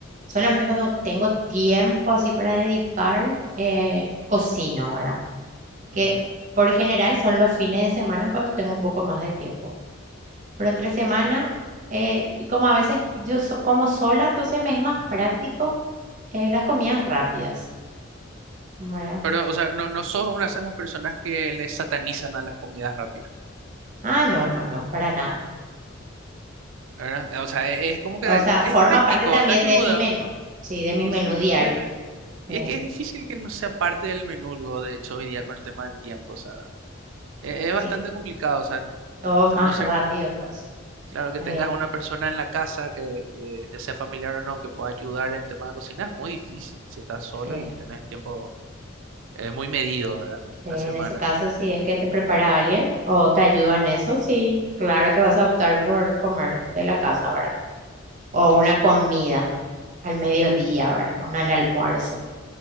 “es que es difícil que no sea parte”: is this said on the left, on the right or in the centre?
Right